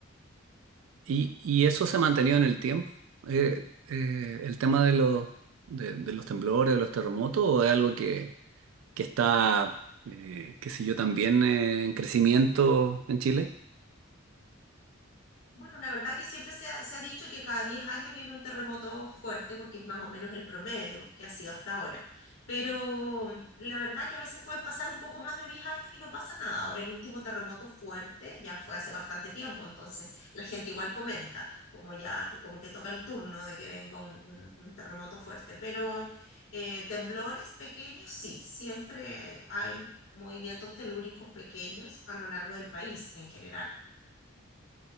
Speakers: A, on the right; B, on the left.
A: Y, y eso se ha mantenido en el tiempo. Eh, eh, el tema de los, de, de los temblores, de los terremotos, o es algo que, que está, eh, qué sé yo, también eh, en crecimiento en Chile.
B: Bueno, la verdad que siempre se ha, se ha dicho que cada 10 años viene un terremoto fuerte porque es más o menos el promedio que ha sido hasta ahora. Pero mm, la verdad que a veces pueden pasar un poco más de 10 años y no pasa nada. Ahora el último terremoto fuerte ya fue hace bastante tiempo, entonces la gente igual comenta, como ya, eh, como que toca el turno de que venga un, un- un terremoto fuerte. Pero eh, temblores pequeños, sí, siempre eh, hay movimientos telúricos pequeños a lo largo del país en general.